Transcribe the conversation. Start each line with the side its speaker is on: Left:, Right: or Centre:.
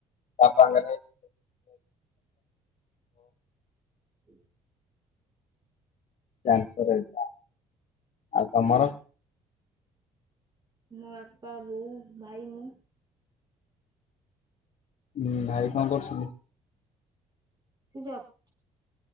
Left: ବାପାଙ୍କରେ ଅଛି।
Right: ହୁଁ <unintelligible>
Left: ତାଙ୍କର ଏଇଟା ଆଉ ତମର?
Right: ମୋ ବାପା ବୋଉ ଭାଇ ମୁଁ।
Left: ହୁଁ ଭାଇ କଣ କରୁଛନ୍ତି?
Right: ଯପ୍